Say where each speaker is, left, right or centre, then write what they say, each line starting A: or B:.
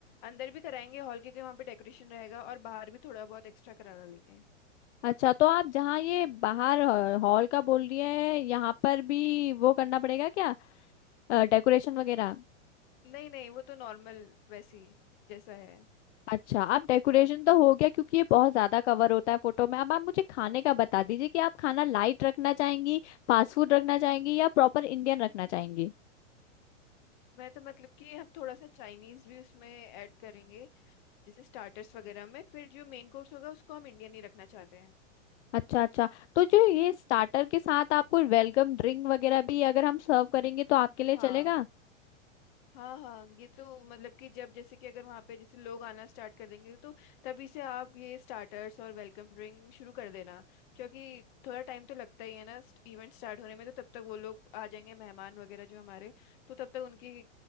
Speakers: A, on the left; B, on the left.
A: अंदर भी कराएंगे हॉल के, के वहाँ पे डेकोरेशन रहेगा और बाहर भी थोड़ा बहुत एक्स्ट्रा करा लेंगे
B: अच्छा तो आप जहाँ ये बाहर हॉल का बोल रही है यहाँ पर भी वो करना पड़ेगा क्या डेकोरेशन वगैरह
A: नहीं नहीं वो तो नॉर्मल वैसी जैसा है
B: अच्छा अब डेकोरेशन तो हो गया क्योंकि ये बहुत ज्यादा कवर होता है फोटो में अब आप मुझे खाने का बता दीजिए कि आप खाना लाइट रखना चाहेंगी फास्ट फूड रखना चाहेंगी या प्रॉपर इंडियन रखना चाहेंगी
A: मैं तो मतलब कि हम थोड़ा सा चाइनीज भी उसमें ऐड करेंगे जैसे स्टार्टर्स वगैरह में फिर जो मेन कोर्स होगा उसको हम इंडियन ही रखना चाहते हैं
B: अच्छा अच्छा तो जो ये स्टार्टर के साथ आपको वेलकम ड्रिंक वगैरह भी अगर हम सर्व करेंगे तो आपके लिए
A: हाँ
B: चलेगा
A: हाँ हाँ ये तो मतलब कि जब जैसे कि अगर वहाँ पे जैसे लोग आना स्टार्ट कर देंगे तो तभी से आप ये स्टार्टर्स और वेलकम ड्रिंक शुरू कर देना क्योंकि थोड़ा टाइम तो लगता ही है ना इवेंट स्टार्ट होने में तो तब तक वो लोग आ जाएंगे मेहमान वगैरह जो हमारे तो तब तक उनकी